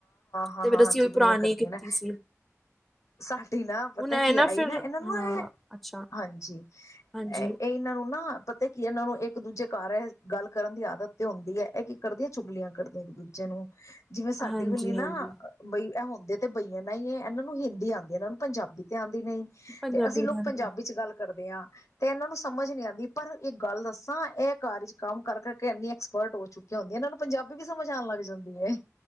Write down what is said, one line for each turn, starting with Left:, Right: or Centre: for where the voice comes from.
Left: ਹਾਂ-ਹਾਂ,
Centre: ਤੇ ਫੇਰ ਅਸੀਂ
Left: ਚੁਗਲੀਆਂ
Centre: ਉਹੀ ਪੁਰਾਣੀ
Left: ਕਰਦੀਆਂ
Centre: ਕੀਤੀ
Left: ਨਾ
Centre: ਸੀ
Left: ਸਾਡੀ ਨਾ ਪਤਾ
Centre: ਹੁਣ ਇਹ
Left: ਕੀ ਆਈ
Centre: ਫਿਰ
Left: ਨਾ ਇਹਨਾਂ ਨੂੰ
Centre: ਹਾਂ
Left: ਇਹ
Centre: ਅੱਛਾ
Left: ਹਾਂਜੀ
Centre: ਹਾਂਜੀ
Left: ਇਹ ਇਹਨਾਂ ਨੂੰ ਨਾ ਪਤਾ ਕੀ ਇਹ ਨੂੰ ਇੱਕ ਦੂਜੇ ਘਰ ਇਹ ਗੱਲ ਕਰਨ ਦੀ ਆਦਤ ਤੇ ਹੁੰਦੀ ਹੈ ਇਹ ਕੀ ਕਰਦੀ ਹੈ ਚੁਗਲੀਆਂ ਕਰਦੀਆਂ ਇੱਕ ਦੂਜੇ ਨੂੰ ਜਿਵੇਂ ਸਾਡੇ
Centre: ਹਾਂਜੀ
Left: ਵਾਲੀ ਨਾ
Centre: ਹਾਂਜੀ
Left: ਬਈ ਇਹੋ ਤੇ ਬਈਆਂ ਨਾ ਹੀ ਇਹਨਾਂ ਨੂੰ ਹਿੰਦੀ ਆਦੀ ਇਹਨਾਂ ਨੂੰ ਪੰਜਾਬੀ ਤੇ ਆਦੀ। ਨੀ
Centre: ਪੰਜਾਬੀ
Left: ਤੇ ਅਸੀਂ ਲੋਕ
Centre: ਦੀ
Left: ਪੰਜਾਬੀ ਚ ਗੱਲ ਕਰਦੇ ਹਾਂ ਤੇ ਇਹਨਾਂ ਨੂੰ ਸਮਝ ਨੀ ਆਦੀ ਪਰ ਗੱਲ ਦੱਸਾਂ ਇਹ ਚ ਕੰਮ ਕਰਕੇ, ਇੰਨੀ ਐਕਸਪਰਟ ਚੁੱਕ ਹੁੰਦੀ ਇਹਨਾਂ ਨੂੰ ਪੰਜਾਬੀ ਵੀ ਸਮਝ ਆਉਣ ਲੱਗ ਜਾਂਦੀ ਹੈ